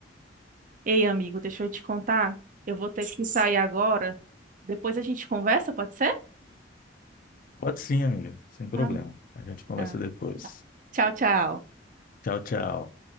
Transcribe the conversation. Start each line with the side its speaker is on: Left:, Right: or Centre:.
Right: Ei, amigo, deixa eu te contar. Eu vou ter que sair agora. Depois a gente conversa, pode ser?
Left: Pode sim, amiga, sem problema.
Right: Ah,
Left: A gente conversa
Right: tá.
Left: depois.
Right: Tchau, tchau.
Left: Tchau, tchau.